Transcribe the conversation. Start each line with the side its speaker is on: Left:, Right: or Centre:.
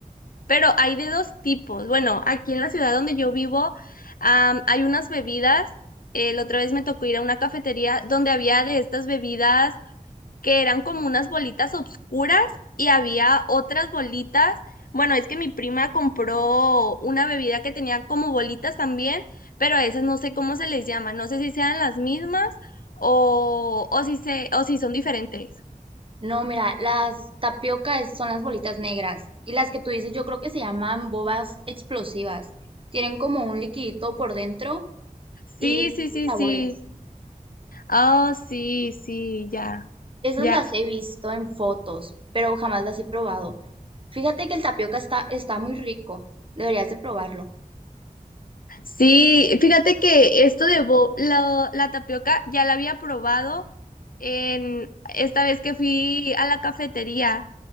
Left: pero hay de dos tipos. Bueno, aquí en la ciudad donde yo vivo, am, hay unas bebidas. Eh, la otra vez me tocó ir a una cafetería donde había de estas bebidas que eran como unas bolitas oscuras y había otras bolitas. Bueno, es que mi prima compró una bebida que tenía como bolitas también, pero a esas no sé cómo se les llama, no sé si sean las mismas o, o si se, o si son diferentes.
Right: No, mira, las tapiocas son las bolitas negras y las que tú dices yo creo que se llaman bobas explosivas. Tienen como un liquidito por dentro
Left: Sí,
Right: y
Left: sí,
Right: son
Left: sí,
Right: de sabores.
Left: sí. Oh, sí, sí, ya.
Right: Esas
Left: Ya,
Right: las he visto en fotos, pero jamás las he probado. Fíjate que el tapioca está, está muy rico. Deberías de probarlo.
Left: sí, fíjate que esto de bo- la, la tapioca ya la había probado en esta vez que fui a la cafetería.